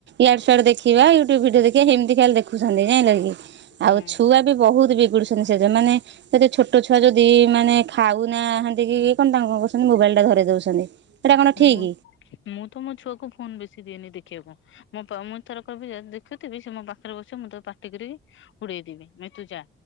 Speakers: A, on the right; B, on the left.
A: ୟାଡୁ ସ୍ୟାଡୁ ଦେଖିବା ୟୁୁବ ଭିଡିଓ ଦେଖିବା ସେମିତି ଖାଲି ଦେଖୁଛନ୍ତି ଜାଇଁଲକି?
B: ହୁଁ
A: ଛୁଆ ବି ବହୁତ ବିଗୁଡ଼ୁସନ୍ତି ସେଇଠେ ମାନେ ଯଦି ଛୋଟ ଛୁଆ ଯଦି ମାନେ ଖାଉନାହାଁନ୍ତି କି କଣ ତାଙ୍କୁ କଣ କରୁଛନ୍ତି ମୋବାଇଲଟା ଧରେଇ ଦଉଛନ୍ତି। ଏଇଟା କଣ
B: ମୁଁ
A: ଠିକ
B: ମୁଁ ତ ମୋ ଛୁଆକୁ ଫୋନ ବେଶୀ ଦିଏନି ଦେଖିବାକୁ। ମୋ ମୁଁ ଥର କହିବି ଦେଖୁଥିବି ସେ ମୋ ପାଖରେ ବସିବ ମୁଁ ତାକୁ ପାଟି କରିବି। ଉଡେଇଦବି ନଁ ତୁ ଯା